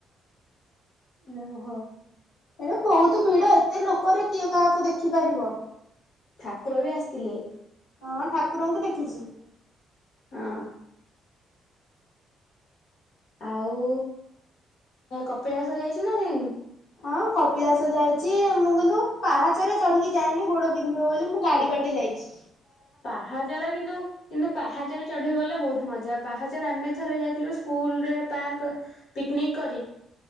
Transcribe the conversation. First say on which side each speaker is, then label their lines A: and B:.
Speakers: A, on the left (about 65°); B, on the left (about 80°).
A: ଉଁ ହୋ।
B: ହେଲେ ବହୁତ ଭିଡ ଏତେ ଲୋକରେ କିଏ କାହାକୁ ଦେଖିପାରିବ।
A: ଠାକୁର ବି ଆସିଥିଲେ
B: ହଁ ଠାକୁରଙ୍କୁ ଦେଖିଚି।
A: ହଁ। ଆଉ କପିଳାସ ଯାଇଛୁ ନା ଯାଇନୁ?
B: ହଁ କପିଳାସ ଯାଇଚି ମୁଁ କିନ୍ତୁ ପାହାଚରେ ଚଢିକି ଯାଇନି ଗୋଡ ବିନ୍ଧିବ ବୋଲି ମୁଁ ଗାଡି ବାଟେ ଯାଇଚି
A: ପାହାଚର କିନ୍ତୁ କିନ୍ତୁ ପାହାଚର ଚଢି ଗଲେ ବହୁତ ମଜା ପାହାଚରେ ଆମେ ଥରେ ଯାଇଥିଲୁ ସ୍କୁଲରେ ପାର୍କ ପିକନିକ କରି